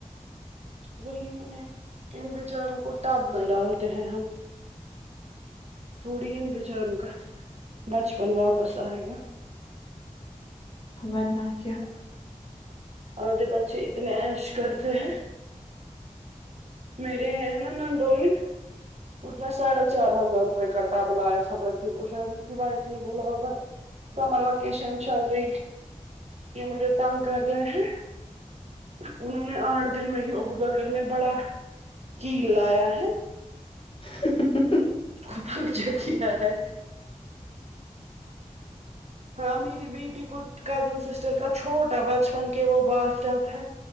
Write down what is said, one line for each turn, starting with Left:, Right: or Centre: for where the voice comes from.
Right: وہی نہ ہے ان بیچاروں کو ٹپ میں ڈالتے ہیں ہم تھوڑی ان بیچاروں کا بچپن واپس آئے گا
Left: ورنہ کیا
Right: بچ <unintelligible> آدھے بچے اتنے عیش کرتے ہیں میرے ہیں نا نندوہی چار ہزار روپئے کا ٹب لایا تھا بچوں کو شاید اس کے وائف نے بولا ہوگا سمر وکیشن سمر وکیشن چل رہی یہ مجھے تنگ کر رہے ہیں انہوں نے اٹھ دن میں ہی ابو بکر نے بڑا کیل لایا ہے
Left: <inaudible>
Right: اس کو پنکچر کیا ہے ہاں میری بیٹی کو کزن سسٹر کا چھوٹا بچپن کے وہ بھات ٹب ہے